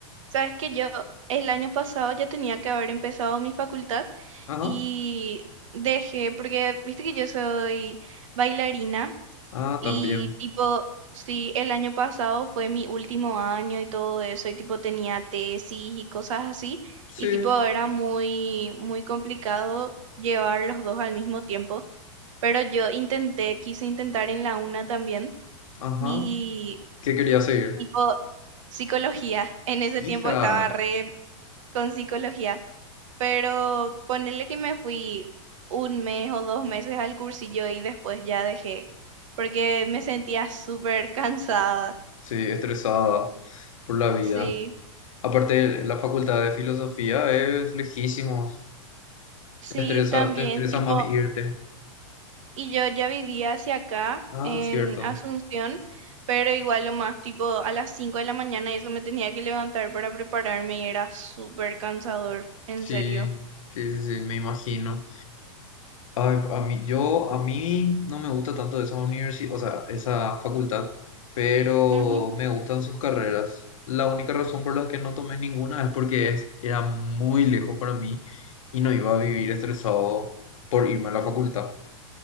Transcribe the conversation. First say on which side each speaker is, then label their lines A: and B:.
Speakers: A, on the right; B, on the left.
A: Sabes que yo el año pasado ya tenía que haber empezado mi facultad
B: Ajá,
A: y dejé, porque viste que yo soy bailarina
B: ah,
A: Y
B: también.
A: tipo, sí, el año pasado fue mi último año y todo eso, y tipo tenía tesis y cosas así,
B: Sí,
A: y tipo era muy, muy complicado llevar los dos al mismo tiempo, pero yo intenté, quise intentar en la una también,
B: ajá.
A: y
B: ¿Qué quería seguir?
A: tipo psicología, <laughs> en ese
B: Hija,
A: tiempo estaba re con psicología, pero ponerle que me fui un mes o dos meses al cursillo y después ya dejé, porque me sentía súper cansada.
B: sí, estresada por la vida.
A: Sí,
B: Aparte, la facultad de filosofía es lejísimos.
A: sí,
B: Te estresa,
A: también,
B: te estresa
A: tipo,
B: más irte.
A: y yo ya vivía hacia acá
B: Ah,
A: en
B: cierto.
A: Asunción, pero igual lo más, tipo, a las 5 de la mañana y eso me tenía que levantar para prepararme y era súper cansador, en
B: Sí,
A: serio.
B: sí, sí, sí, me imagino. Ay, a mí, yo, a mí no me gusta tanto esa universidad, o sea, esa facultad, pero
A: Ujú.
B: me gustan sus carreras. La única razón por la que no tomé ninguna es porque es- era muy lejos para mí y no iba a vivir estresado por irme a la facultad